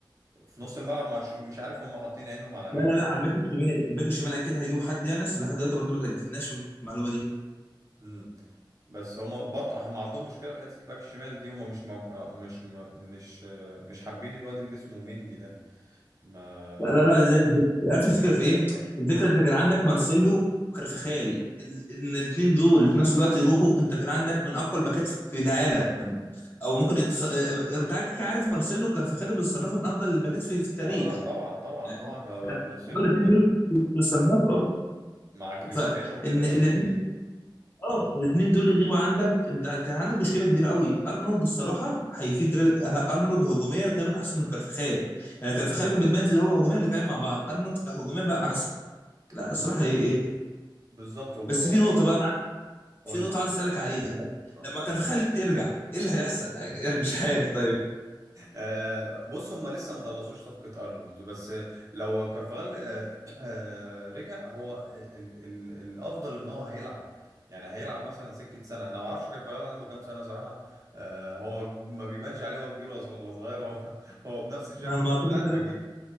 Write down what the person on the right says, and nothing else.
في نص الملعب مش مش عارف هم حاطين عينهم على مين
امم بس هما برضه هم عندهم مشكله في حته الباك الشمال دي هما مش موك... آه، مش م... مش آه، مش حابين الواد اللي اسمه مندي ده ما
<laughs>
اه لا طبعا طبعا
طبعا آه،
آه، مارسيلو
كان
مع كريستيانو
وكده كان
فظيع
بز...
بالظبط هو
هو-
قول
لي.
اه
<laughs>
آه، بص هم لسه ما خلصوش صفقة أرنولد بس لو كارفاغال آه، آه، رجع هو ال ال الأفضل إن هو هيلعب يعني هيلعب مثلا سكة سنة أنا ما أعرفش كارفاغال عنده كام سنة صراحة آه، هو ما بيبانش عليه هو كبير ولا صغ- ولا صغير هو <laughs> هو بنفس الشكل
ده
من ساعة ما جه